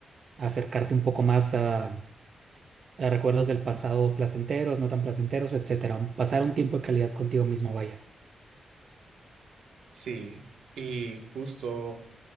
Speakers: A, on the right (about 40°); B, on the right (about 80°).
A: acercarte un poco más a, a recuerdos del pasado placenteros, no tan placenteros, etcétera. Pasar un tiempo de calidad contigo mismo, vaya.
B: Sí, y justo.